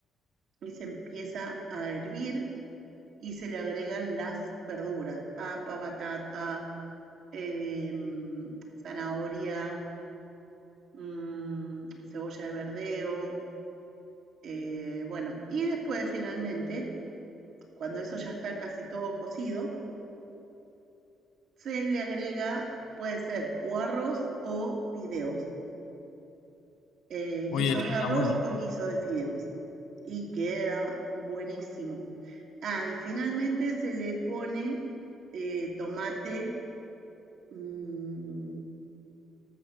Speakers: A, on the right (about 70°); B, on the left (about 85°).
A: y se empieza a hervir y se le agregan las verduras, papa, batata, eh, zanahoria, mm, cebolla de verdeo, eh, bueno, y después finalmente, cuando eso ya está casi todo cocido, se le agrega, puede ser o arroz o fideos. eh,
B: Oye,
A: guiso
B: eso
A: de
B: está
A: arroz
B: bueno.
A: o guiso de fideos. Y queda buenísimo. Ah, y finalmente se le pone eh, tomate, mm,